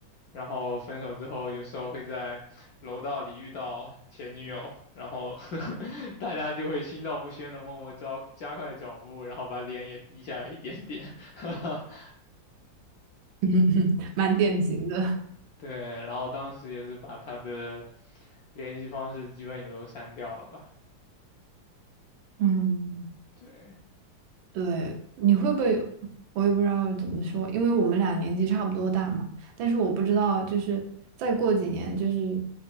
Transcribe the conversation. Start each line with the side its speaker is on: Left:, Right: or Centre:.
Left: 然后分手之后，有时候会在楼道里遇到前女友，然后 <laughs> 大家就会心照不宣的默默加加快脚步，然后把脸也低下来一点点。<laughs>
Right: <laughs> 嗯蛮典型的。
Left: 对，然后当时也是把他的联系方式基本也都删掉了吧？
Right: 嗯
Left: 对，
Right: 对，你会不会有我也不知道怎么说，因为我们俩年纪差不多大嘛。但是我不知道，就是再过几年，就是